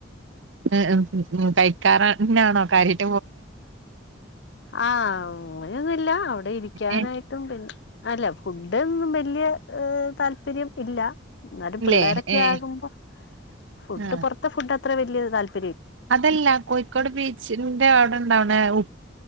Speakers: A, on the right; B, on the left.
A: <unintelligible> കഴിക്കാറന്നണോ കാര്യം
B: ആഹ് അങ്ങനൊന്നുല്ല അവിടെ ഇരിക്കാനായിട്ടും
A: ഏ
B: പിന്നെ അല്ല ഫുഡ് ഒന്നും വല്ല്യ താല്പര്യം ഇല്ല എന്നാലും
A: ഇല്ലേ
B: പിള്ളേരൊക്കെ
A: ഏ
B: ആകുമ്പോ. ഫുഡ്
A: ആ
B: പൊർത്ത ഫുഡ് അത്ര വല്ല്യ താല്പ
A: അതല്ല കോഴിക്കോട് ബീച്ചിന്റെ അവിടെ ഇണ്ടാവണെ ഉ